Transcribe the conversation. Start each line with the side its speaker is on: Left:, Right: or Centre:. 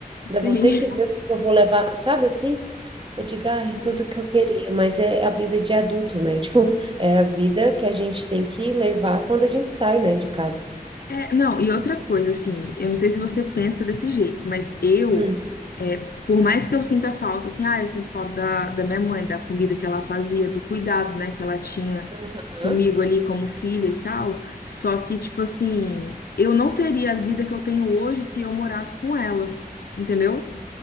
Right: Ainda
Left: sim.
Right: vou ter que ver o que eu vou levar, sabe assim? Eu digo, ah, é
Left: <laughs>
Right: tudo que eu queria, mas é a vida de adulto, né? <laughs> Tipo, é a vida que a gente tem que levar quando a gente sai, né, de casa.
Left: É, não, e outra coisa, assim, eu não sei se você pensa desse jeito, mas eu,
Right: Hum.
Left: é, por mais que eu sinta falta, assim, ah, eu sinto falta da, da minha mãe, da comida que ela fazia, do cuidado, né, que ela tinha
Right: Aham.
Left: comigo ali como filha e tal, só que, tipo assim, eu não teria a vida que eu tenho hoje se eu morasse com ela, entendeu?